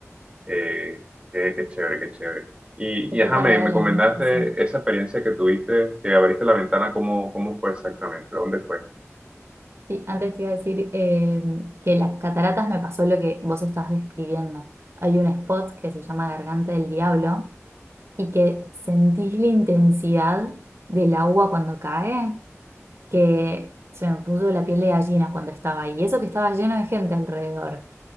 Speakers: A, on the right; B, on the right.
A: eh, qué, qué chévere, qué chévere. Y,
B: Es
A: y ajá,
B: súper
A: me,
B: real,
A: me comentaste
B: a mí me pasó.
A: esa experiencia que tuviste, que abriste la ventana, ¿cómo, cómo fue exactamente? ¿Dónde fue?
B: Sí, antes te iba a decir eh, que las cataratas me pasó lo que vos estás describiendo. Hay un spot que se llama Garganta del Diablo y que sentís la intensidad del agua cuando cae, que se me puso la piel de gallina cuando estaba ahí. Y eso que estaba lleno de gente alrededor.